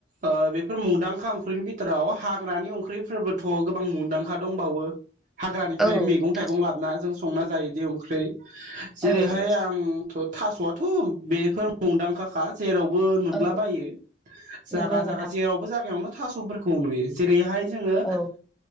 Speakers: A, on the right (about 45°); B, in the centre.
A: ओ बेफोर मुंदांखा ओंख्रिनि बिथोराव हाग ग्रानि ओंख्रिफोरबोथ' गोबां मुंदांखा दंबावो हाग्रानिफ्राय
B: औ
A: मैगं
B: नोंथां
A: थाइगं लाबोना जों संना जायोदि ओंख्रि जेरैहाय
B: औ
A: आं थ' थास'आथ' बेफोर मुंदांखा जेरावबो नुला
B: औ
A: बायो जायगा
B: नंगौ
A: जायगा
B: नोंथां
A: जेरावबो जागायावनो थास'फोरखौ नुयो जेरैहाय जोङो
B: औ